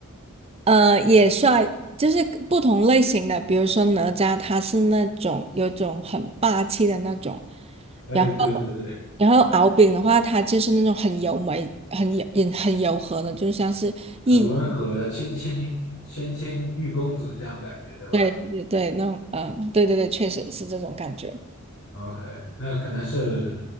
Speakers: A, on the right; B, on the left.
A: 呃，也帅，就是不同类型的，比如说哪吒，他是那种有种很霸气的那种，
B: 哎，
A: 然后
B: 对对对，
A: 然后敖丙的话，他就是那种很柔美、很柔、也很柔和的，就像是一，
B: 很温和的谦谦谦谦玉公子这样感觉，对吧
A: 对对对，那种，嗯、对对对，确实是这种感觉，
B: ？OK，那可能是